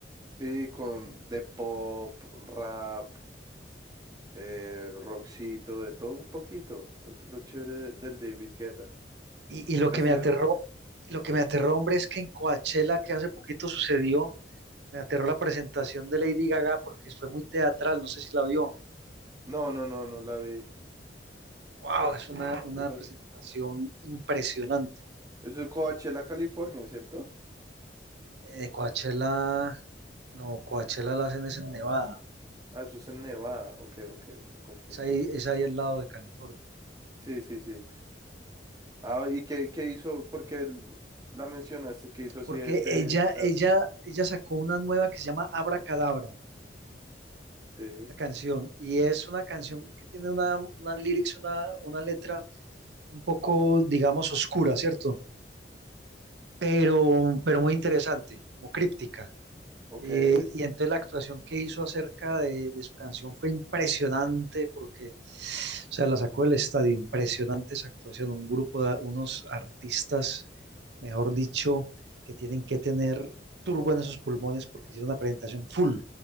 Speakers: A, on the right; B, on the right.
A: Sí, con de pop, rap, eh, rockcito, de todo un poquito. Eso es lo chévere del David Guetta.
B: Y, y lo
A: ¿Qué
B: que
A: hace
B: me Claro.
A: rato?
B: aterró, lo que me aterró, hombre, es que en Coachella, que hace poquito sucedió, me aterró la presentación de Lady Gaga porque fue muy teatral, no sé si la vio.
A: No, no, no, no la vi.
B: Wow, es una, una
A: ¿Qué pasó?
B: presentación impresionante.
A: Eso es Coachella, California, ¿cierto?
B: Eh, Coachella, no, Coachella la hacen es en Nevada,
A: Ah, eso es en Nevada. Ok, ok, me confundí.
B: es ahí, es ahí al lado de California.
A: Sí, sí, sí. Ah, ¿y qué, qué hizo? Porque la mencionaste, ¿qué hizo así
B: Porque
A: de, de
B: ella,
A: teatro?
B: ella, ella sacó una nueva que se llama Abracadabra,
A: Sí,
B: una canción, y es una canción que tiene una, una lyrics, una, una letra un poco, digamos, oscura, ¿cierto? pero, pero muy interesante, como críptica.
A: ok,
B: Eh, y entonces la actuación que hizo acerca de, de su canción fue impresionante porque, o sea, la sacó del estadio, impresionante esa actuación, un grupo de unos artistas, mejor dicho, que tienen que tener turbo en sus pulmones porque hicieron una presentación full